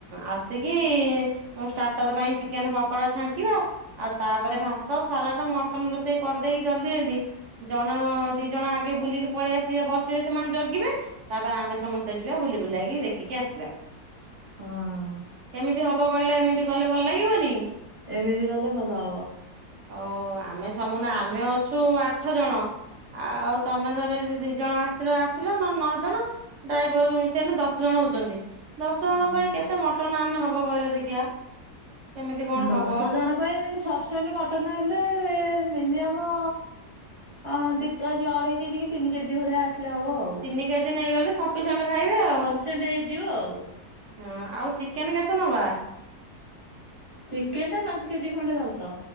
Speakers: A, on the right; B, on the left.
A: ଆସିକି ଉଁ ଷ୍ଟା ଟର ପାଇଁ ଚିକେନ୍ ପକଡ଼ା ଛାଙ୍କିବା ଆଉ ତାପରେ ଭାତ ସାଲାଡ ମ ଟନ୍ ରୋଷେଇ କରିଦେଇକି ଜଲ୍ଦି ଜଲ୍ଦି ଜଣ ଦି ଜଣ ଆଗେ ବୁଲିକି ପଳିଆସିବେ ବସିବେ ସେମାନେ ଜଗିବେ ତାପରେ ଆମେ ସମସ୍ତେ ଯିବା ବୁଲି ବୁଲାକି ଦେଖିକି ଆସିବା।
B: ହଁ।
A: କେମିତି ହବ କହିଲ ଏମିତି କଲେ ଭଲ ଲାଗିବନି?
B: ଏମିତି କଲେ ଭଲ ହବ।
A: ଓ ଆମେ ସମୁନା, ଆମେ ଅଛୁ ଆଠ ଜଣ। ଆଉ ତମେ ଧର ଦି ଜଣ ଆସିଲ ଆସିଲ ନ ନଅ ଜଣ। ଡ୍ରାଇଭରକୁ ମିଶାଇଲେ ଦଶ ଜଣ ହଉଛନ୍ତି, ଦଶ
B: ହଁ।
A: ଜଣ ପାଇଁ କେତେ ମଟନ ଆଣିନେ ହବ କହିଲ ଦେଖିଆ? କେମିତି କଣ
B: ଦଶ
A: ହବ
B: ଜଣ ପାଇଁ ସଫିସେଣ୍ଟ ମଟନ ହେଲେ ଏ ଏ ମିନିଅମ ହଁ, ଦି କେଜି, ଅଢେଇ କେଜି କି ତିନି କେଜି ଭଳିଆ ଆସିଲେ ହବ ଆଉ।
A: ତିନି କେଜି ନେଇଗଲେ ସଫିସେଣ୍ଟ ଖାଇବେ ଆଉ।
B: ସଫିସିଏଣ୍ଟ ହେଇଯିବ ଆଉ।
A: ହଁ, ଆଉ ଚିକେନ କେତେ ନବା?
B: ଚିକେନ ଟା ପାଞ୍ଚ କେଜି ଖଣ୍ଡେ ଧରି ଥା।